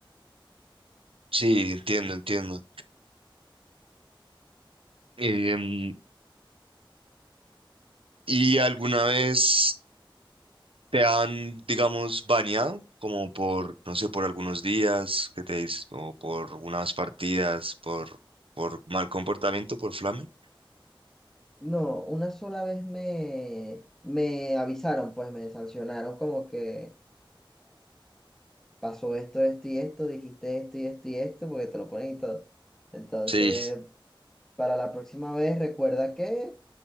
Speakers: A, on the right (about 85°); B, in the centre.
A: sí, entiendo, entiendo. Em, ¿y alguna vez te han, digamos, baneado? Como por, no sé, por algunos días que te dices, o por unas partidas, por, por mal comportamiento, por flame.
B: No, una sola vez me, me avisaron, pues me sancionaron como que, pasó esto, esto y esto, dijiste esto y esto y esto, porque te lo ponen y todo. Entonces,
A: Sí,
B: para la próxima vez, recuerda que,